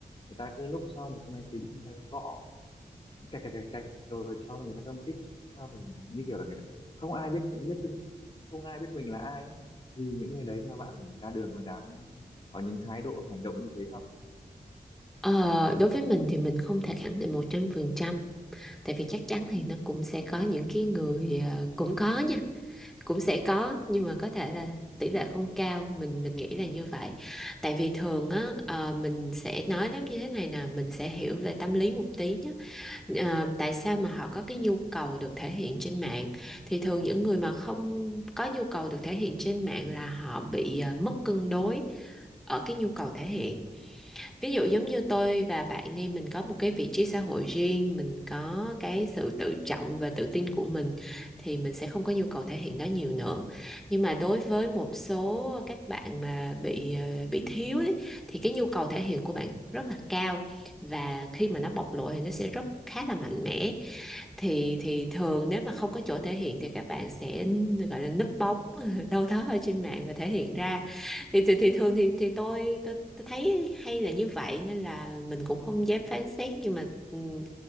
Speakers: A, on the left (about 35°); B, in the centre.
A: người ta cứ núp sau một cái máy tính người ta gõ cạch cạch cạch cạch rồi sau là người ta công kích sau rồi như kiểu là người ta không ai biết biết mình- không ai biết mình là ai ấy. Vì những người đấy theo bạn thì ra đường có dám có những thái độ hành động như thế không
B: Ờ, đối với mình thì mình không thể khẳng định một trăm phần trăm Tại vì chắc chắn thì nó cũng sẽ có những cái người ờ, cũng có nha cũng sẽ có nhưng mà có thể là tỷ lệ không cao mình mình nghĩ là như vậy tại vì thường á ờ, mình sẽ nói đến như thế này nè mình sẽ hiểu về tâm lý một tí nhé Ờ, tại sao mà họ có cái nhu cầu được thể hiện trên mạng thì thường những người mà không có nhu cầu được thể hiện trên mạng là họ bị ờ, mất cân đối ở cái nhu cầu thể hiện ví dụ giống như tôi và bạn đi mình có một cái vị trí xã hội riêng mình có cái sự tự trọng và tự tin của mình thì mình sẽ không có nhu cầu thể hiện nó nhiều nữa nhưng mà đối với một số các bạn mà bị ờ, bị thiếu ấy, thì cái nhu cầu thể hiện của bạn rất là cao và khi mà nó bộc lộ thì nó sẽ rất khá là mạnh mẽ thì thì thường nếu mà không có chỗ thể hiện thì các bạn sẽ gọi là núp bóng <laughs> đâu đó ở trên mạng và thể hiện ra thì thì, thì thường thì thì tôi, tôi tôi thấy hay là như vậy nên là mình cũng không dám phán xét nhưng mà ừm,